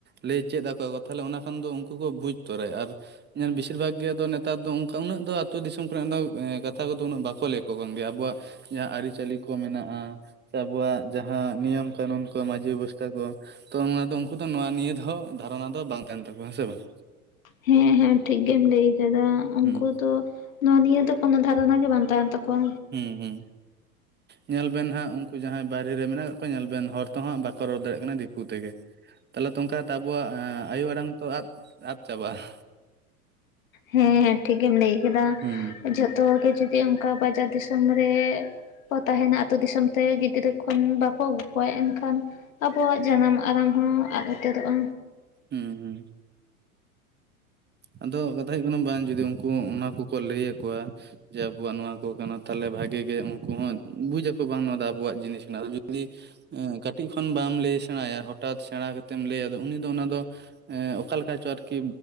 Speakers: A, on the right; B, on the left.
A: ᱞᱟᱹᱭ ᱪᱮᱫ ᱟᱠᱚᱣᱟ ᱠᱚ ᱛᱟᱦᱚᱞᱮ ᱚᱱᱟ ᱠᱷᱟᱱ ᱫᱚ ᱩᱱᱠᱩ ᱠᱚ ᱵᱩᱡᱽ ᱛᱚᱨᱟᱭᱟ᱾ ᱟᱨ ᱧᱮᱞ ᱵᱮᱥᱤᱨ ᱵᱷᱟᱜᱽ ᱜᱮ ᱟᱫᱚ ᱱᱮᱛᱟᱨ ᱫᱚ ᱚᱱᱠᱟ ᱩᱱᱟᱹᱜ ᱫᱚ ᱟᱹᱛᱩ ᱫᱤᱥᱚᱢ ᱠᱚᱨᱮᱱᱟᱜ ᱫᱚ ᱠᱟᱛᱷᱟ ᱠᱚᱫᱚ ᱩᱱᱟᱹᱜ ᱵᱟᱠᱚ ᱞᱮᱭᱼᱟ᱾ <unintelligible> ᱜᱮᱭᱟ ᱟᱵᱚᱣᱟᱜ ᱡᱟᱦᱟᱸ ᱟᱹᱨᱤᱪᱟᱹᱞᱤ ᱠᱚ ᱢᱮᱱᱟᱜᱼᱟ᱾ ᱥᱮ ᱟᱵᱚᱣᱟᱜ ᱡᱟᱦᱟᱸ ᱱᱤᱭᱚᱢ ᱠᱟᱹᱱᱩᱱ ᱠᱚ ᱢᱟᱺᱡᱷᱤ ᱵᱮᱵᱚᱥᱛᱷᱟ ᱠᱚ᱾ ᱛᱚ ᱚᱱᱟ ᱫᱚ ᱩᱱᱠᱩ ᱫᱚ ᱱᱚᱣᱟ ᱱᱤᱭᱟᱹ ᱫᱚ ᱫᱷᱟᱨᱚᱱᱟ ᱫᱚ ᱵᱟᱝ ᱛᱟᱦᱮᱱ ᱛᱟᱠᱚᱣᱟ᱾ ᱦᱮᱸ ᱥᱮ ᱵᱟᱝ?
B: ᱦᱮᱸ ᱦᱮᱸ ᱴᱷᱤᱠ ᱜᱮᱢ ᱞᱟᱹᱭ ᱟᱠᱟᱫᱟ᱾ ᱩᱱᱠᱩ
A: ᱦᱩᱸ
B: ᱫᱚ ᱱᱚᱣᱟ ᱱᱤᱭᱟᱹ ᱫᱚ ᱠᱳᱱᱚ ᱫᱷᱟᱨᱚᱱᱟ ᱜᱮ ᱵᱟᱝᱟᱱ ᱛᱟᱦᱮᱱ ᱛᱟᱠᱚᱣᱟ᱾
A: ᱦᱮᱸ ᱦᱮᱸ ᱧᱮᱞ ᱵᱮᱱ ᱦᱟᱸᱜ ᱩᱱᱠᱩ ᱡᱟᱦᱟᱸᱭ ᱵᱟᱭᱨᱮ ᱨᱮ ᱢᱮᱱᱟᱜ ᱠᱟᱜ ᱠᱚᱣᱟ ᱧᱮᱞ ᱵᱮᱱ ᱦᱚᱲ ᱛᱚᱦᱟᱸᱜ ᱵᱟᱠᱚ ᱨᱚᱲ ᱫᱟᱲᱮᱭᱟᱜ ᱠᱟᱱᱟ ᱫᱤᱠᱩ ᱛᱮᱜᱮ᱾ ᱛᱟᱦᱚᱞᱮ ᱛᱚ ᱚᱱᱠᱟ ᱠᱟᱛᱮ ᱟᱵᱚᱣᱟᱜ ᱟᱭᱳ ᱟᱲᱟᱝ ᱛᱚ ᱟᱫ ᱟᱫ ᱪᱟᱵᱟᱜᱼᱟ᱾
B: ᱦᱮᱸ ᱦᱮᱸ ᱴᱷᱤᱠ ᱜᱮᱢ ᱞᱟᱹᱭ ᱠᱮᱫᱟ,
A: ᱦᱩᱸ
B: ᱡᱷᱚᱛᱚ ᱜᱮ ᱡᱚᱫᱤ ᱚᱱᱠᱟ ᱵᱟᱡᱟᱨ ᱫᱤᱥᱚᱢ ᱨᱮ ᱠᱚ ᱛᱟᱦᱮᱱᱟ ᱟᱹᱛᱩ ᱫᱤᱥᱚᱢ ᱛᱮ ᱜᱤᱫᱽᱨᱟᱹ ᱠᱷᱚᱱ ᱵᱟᱠᱚ ᱟᱹᱜᱩ ᱠᱚᱣᱟ ᱮᱱᱠᱷᱟᱱ᱾ ᱟᱵᱚᱣᱟᱜ ᱡᱟᱱᱟᱢ ᱟᱲᱟᱝ ᱦᱚᱸ ᱟᱫ ᱩᱛᱟᱹᱨᱚᱜᱼᱟ᱾
A: ᱦᱮᱸ ᱦᱮᱸ ᱟᱫᱚ ᱠᱟᱛᱷᱟ ᱦᱩᱭᱩᱜ ᱠᱟᱱᱟ ᱵᱟᱝ ᱡᱩᱫᱤ ᱩᱱᱠᱩ ᱚᱱᱟ ᱠᱚᱠᱚ ᱞᱟᱹᱭ ᱟᱠᱚᱣᱟ᱾ ᱡᱮ ᱟᱵᱚᱣᱟᱜ ᱱᱚᱣᱟ ᱠᱚ ᱠᱟᱱᱟ ᱛᱟᱦᱚᱞᱮ ᱵᱷᱟᱜᱤ ᱜᱮ ᱩᱱᱠᱩ ᱦᱚᱸ ᱵᱩᱡ ᱟᱠᱚ ᱵᱟᱝ ᱱᱚᱣᱟ ᱫᱚ ᱟᱵᱚᱣᱟᱜ ᱡᱤᱱᱤᱥ ᱠᱟᱱᱟ᱾ ᱟᱨ ᱡᱩᱫᱤ ᱮᱸ ᱠᱟᱹᱴᱤᱡ ᱠᱷᱚᱱ ᱵᱟᱢ ᱞᱟᱹᱭ ᱥᱮᱬᱟ ᱟᱭᱟ ᱦᱚᱴᱟᱛ ᱥᱮᱬᱟ ᱠᱟᱛᱮᱢ ᱞᱟᱹᱭᱼᱟ ᱩᱱᱤ ᱫᱚ ᱚᱱᱟ ᱫᱚ ᱮᱸ ᱚᱠᱟ ᱞᱮᱠᱟ ᱪᱚ ᱟᱨᱠᱤ